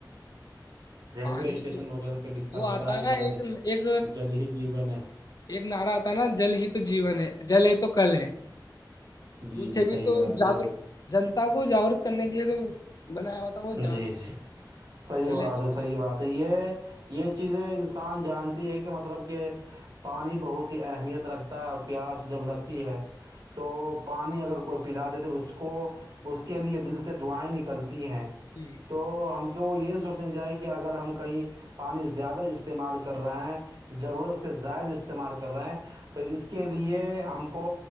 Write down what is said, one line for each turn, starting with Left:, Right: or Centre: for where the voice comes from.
Right: ریلوے
Left: پانی
Right: اسٹیشن وغیرہ پہ لکھا
Left: وہ
Right: رہتا
Left: آتا ہے
Right: کہ
Left: نا
Right: جل
Left: ایک ایک
Right: جل ہی جیون ہے
Left: ایک نعرہ آتا نا جل ہی تو جیون ہے جل ہے تو کل ہے
Right: جی
Left: وہ
Right: جی
Left: تھ بھی
Right: صحیح
Left: تو
Right: بات ہے
Left: ج
Right: بالکل صحیح
Left: جنتا کو جاگروک کرنے کے لیے تو بنایا ہوا تھا وہان
Right: جی جی صحیح
Left: رہاے
Right: بات
Left: تو
Right: ہے صحیح بات ہے یہ یہ چیزیں انسان جانتی ہے کہ مطلب کہ پانی بہت ہی اہمیت رکھتا ہے اور پیاس جب لگتی ہے تو پانی اگر کوئی پلاے تو اس کو اس کے لیے دل سے دعائیں نکل ہیں
Left: جی
Right: تو ہم کو کہ وہ یہ سوچنی چاہی کہ اگر ہم کہیں پانی زیادہ استعمال کر رہے ہیں ضرورت سے زائد استعمال کر رہے ہیں تو اس کے لیے ہم کو